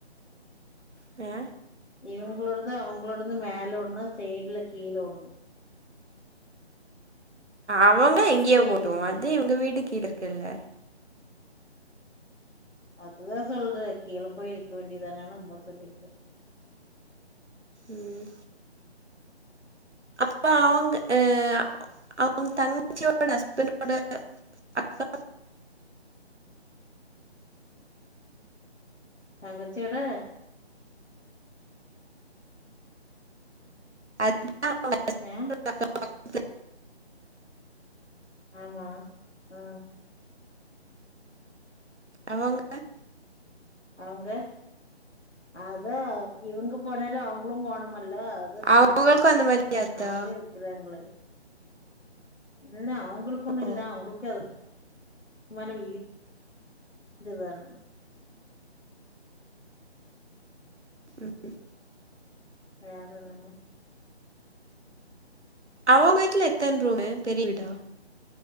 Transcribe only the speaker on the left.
இவங்களோடது அவங்களோடது மேல ஒண்ணு சைட்ல கீழ ஒண்ணு
சேச்சி
இருக்குல்ல
அதுதான் சொல்ற கீழ போய் இருக்க வேண்டியதானனு உம்ம சொல்லிட்டு
தங்கச்சியோட
அ
ஆமா அ
அவுங்க அதா இவங்க போனாலு அவங்களு போனமல்ல அத சொல்லி
க்க
அவங்களு இருக்குறாங்களன் இல்ல அவங்களுக்கு ஒன்னு
இல்ல அவங்களுக்கு அதுக் மேல வீ இதுதான
வேற என்னங்